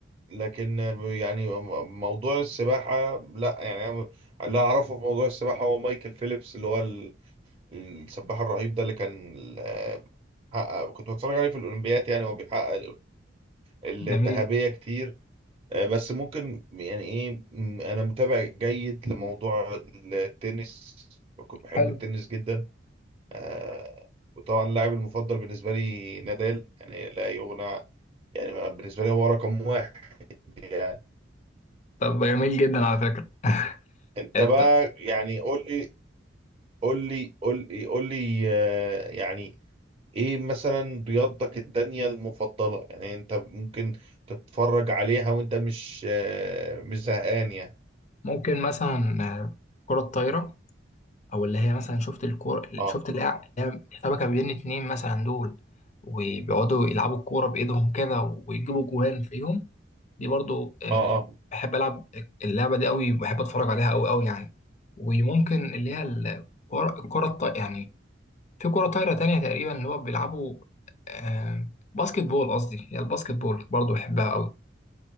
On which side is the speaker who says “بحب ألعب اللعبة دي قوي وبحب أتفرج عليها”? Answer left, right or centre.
Left